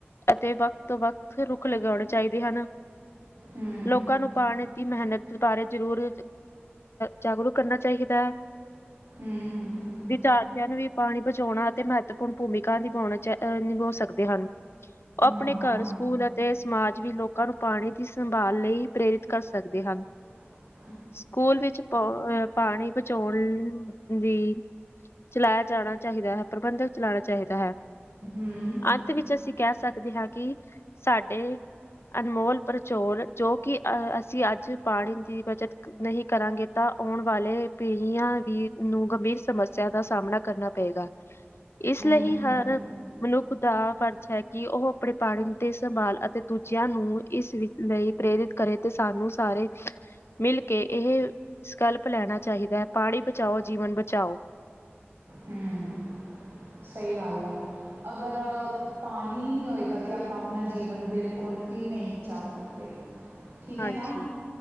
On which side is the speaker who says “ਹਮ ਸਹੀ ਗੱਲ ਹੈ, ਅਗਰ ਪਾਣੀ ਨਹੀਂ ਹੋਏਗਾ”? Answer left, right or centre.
Right